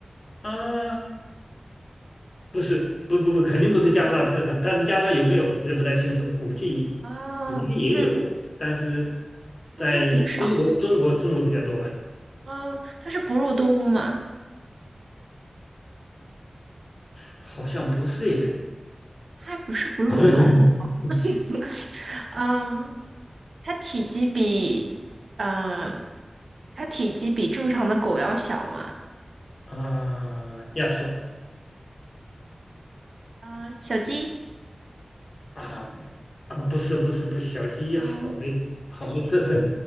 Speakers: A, on the left (about 60°); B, on the right (about 80°).
A: 啊、不是不不不，肯定不是加拿大特产，
B: 哦
A: 但是加拿大有没有我就不太清楚，估计
B: 啊，
A: 估计也有，
B: 嗯，
A: 但是在中国中国中国比较多吧。
B: 在陆地上，啊，它是哺乳动物吗？
A: 好像不是耶。
B: 它不是哺乳动物，
A: <laughs>
B: <laughs> 嗯，它体积比，嗯、呃它体积比正常的狗要小吗？
A: 啊、亚小
B: 嗯、小鸡，
A: 啊啊，不是不是不是小鸡好没好没特色，
B: 嗯，